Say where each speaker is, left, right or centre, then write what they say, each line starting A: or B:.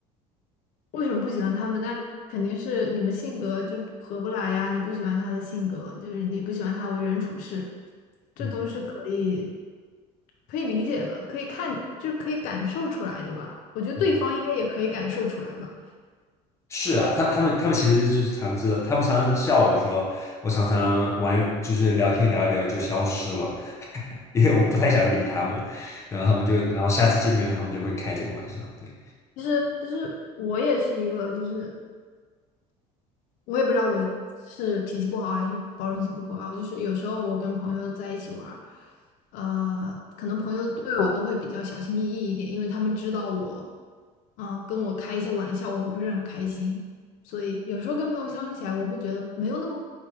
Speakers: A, on the left; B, on the left.
A: 为什么不喜欢他们？那肯定是你们性格就合不来呀。你不喜欢他的性格，就是你不喜欢他为人处事，这都是可以
B: 嗯
A: 可以理解的，可以看，就是可以感受出来的吧？我觉得对方应该也可以感受出来吧。
B: 嗯，是啊，他他们他们其实就是常知道，他们常常笑我说，我常常玩就是聊天聊一聊就消失了，<laughs> 因为我不太想理他们，然后他们就然后下次见面的时候他们就会开这个玩笑，对，
A: 其实其实我也是一个，就是我也不知道我是脾气不好还是包容性不够高，就是有时候我跟朋友在一起玩儿，呃，可能朋友对我都会比较小心翼翼一点，因为他们知道我，嗯、跟我开一些玩笑，我会不是很开心，所以有时候跟朋友相处起来，我会觉得没有那么